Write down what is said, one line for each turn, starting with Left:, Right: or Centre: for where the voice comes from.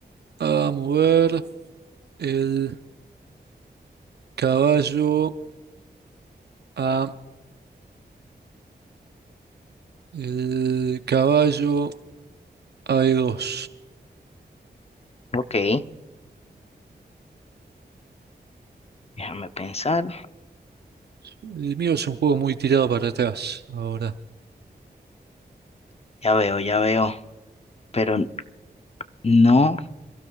Right: a mover el caballo a el caballo a E2.
Left: Ok. Déjame pensar.
Right: El mío es un juego muy tirado para atrás ahora.
Left: Ya veo, ya veo. Pero no